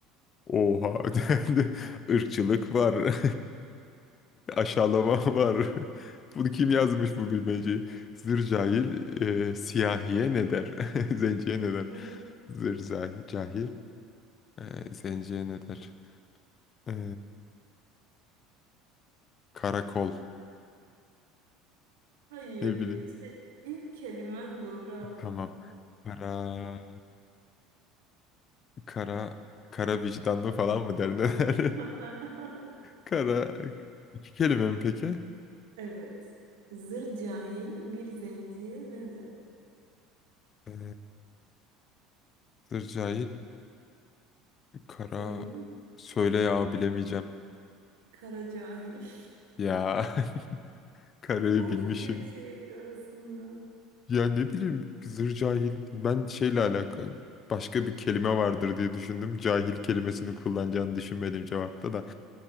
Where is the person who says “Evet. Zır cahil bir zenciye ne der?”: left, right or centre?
Right